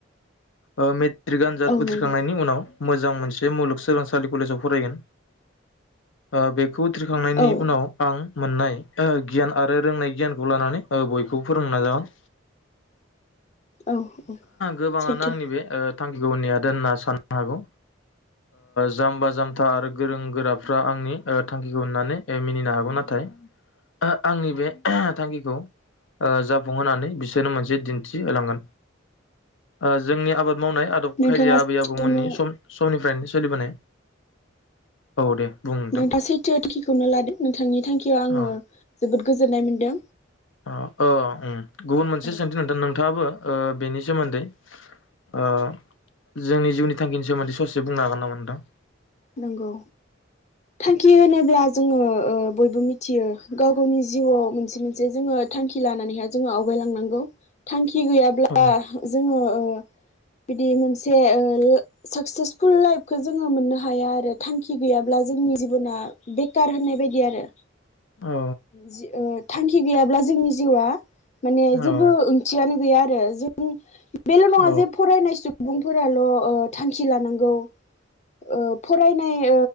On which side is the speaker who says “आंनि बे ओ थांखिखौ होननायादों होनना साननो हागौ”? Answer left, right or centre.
Left